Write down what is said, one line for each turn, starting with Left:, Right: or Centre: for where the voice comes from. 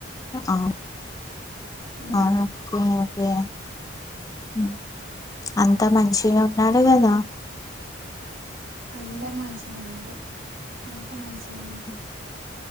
Left: ఆ
Right: ఉమ్.
Left: ఔను క్కి కె ఉ అంతా మంచిగున్నాడు గదా
Right: అందర్ మంచిగున్నారు అంత మంచిగై
Left: <unintelligible>